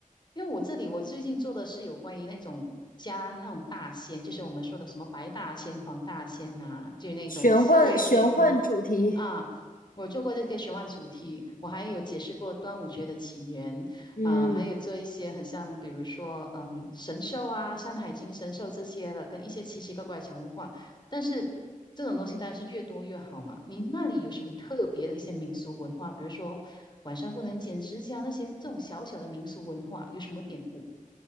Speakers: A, on the left; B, on the left.
A: 因为我这里我最近做的是有关于那种加那种大仙，就是我们说的什么白大仙、黄大仙啊，就那种刺猬精啊，
B: 玄幻玄幻主题，
A: 啊，我做过这个玄幻主题，我还有解释过端午节的起源，
B: 嗯，
A: 啊、还有做一些很像，比如说，嗯，神兽啊，《山海经》神兽这些的，跟一些奇奇怪怪的小文化。但是这种东西当然是越多越好嘛。您那里有什么特别的一些民俗文化，比如说晚上不能剪指甲那些这种小小的民俗文化，有什么典故？